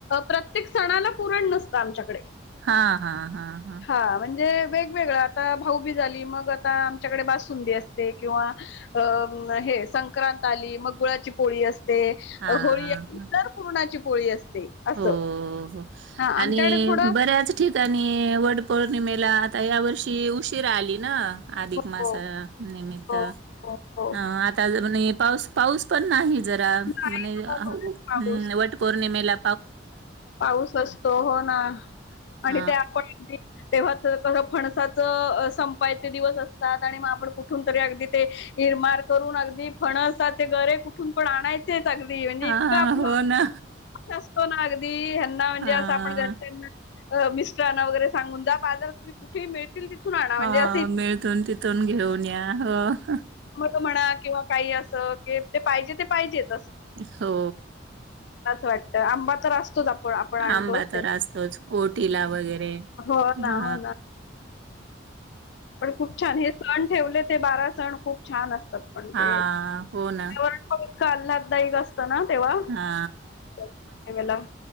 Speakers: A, on the left; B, on the right.
A: प्रत्येक सणाला पुरण नसतं आमच्याकडे
B: हा हा हा हा
A: हा म्हणजे वेगवेगळं आता भाऊ बी झाली मग आता आमच्याकडे बाससुंदी असते किंवा अ हे संक्रांत आली मग गुळाची पोळी असते ते
B: हा
A: होळी आहेंदर
B: हा.
A: पुरणाची पोळी असते असं.
B: हो
A: हां आमच्याकडे
B: आणि
A: थोडं
B: बऱ्याच ठिकाणी वडपळ पौर्णिमेला आता या वर्षी उशीरा आली ना अधिक
A: हो,
B: मासा
A: हो,
B: निमित्त
A: हो, हो, हो.
B: अ आता म्हणे पाऊस पाऊस पण नाहीत जरा
A: नाही
B: म्हणे
A: हो, पाऊस
B: वटपौर्णिमेला
A: पाऊस असतो हो ना
B: अ
A: आणि ते आपण तेव्हाच कसं फणसाचं संपायचे दिवस असतात आणि मग आपण कुठून तरी अगदी ते निरमार करून अगदी फणसाचे गरे कुठून पण आणायचे अगदी म्हणजे
B: हा
A: इतक आपल
B: हो ना
A: असताहात अगदी ह्याना म्हणजे
B: हा
A: अस आपण घरच्याना मिस्टरांना वगैरे सांगून जा बाजारात तुम्ही कुठे मिळ तील तिथून आणा म्हणजे
B: हा
A: अस
B: मिळतून तिथून घेऊन या हो
A: म त म्हणा किंवा काही असं की ते पाहिजे ते पाहिजेच
B: हो
A: अस वाटतं आंबा तर असतोच आप आपण आणतोच
B: आंबा तर असतोच ओटीला वगैरे
A: हो ना
B: हा
A: हो ना पण खूप छान हे सण ठेवले ते बारा सण खूप छान असते पण तेवर
B: हा हो ना
A: काल्हदा <unintelligible> ना तेव्हा वटपौर्णिमेला
B: हा